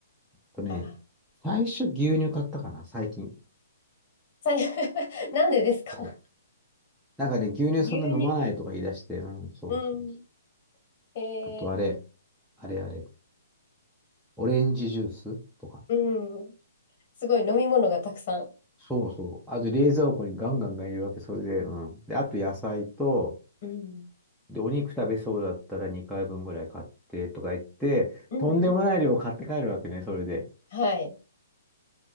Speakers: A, in the centre; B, on the left.
A: とね、
B: あ、
A: 最初牛乳買ったかな、
B: うん。
A: 最近。
B: さい <laughs> なんでですか
A: そう
B: <laughs>
A: なんかね、牛乳そんな飲まないとか言い出して、
B: 牛乳
A: うん、そうそうそう。
B: うん。えー、
A: あとあれ、あれあれ、オレンジジュースとか。
B: うん。すごい飲み物がたくさん。
A: そうそう。あと冷蔵庫にガンガンガン入れるわけ、それで、うん。で、あと野菜と、
B: うん。
A: で、お肉食べそうだったら2回分ぐらい買ってとか言って、
B: うんうん。
A: とんでもない量買って帰るわけね、それで。
B: はい。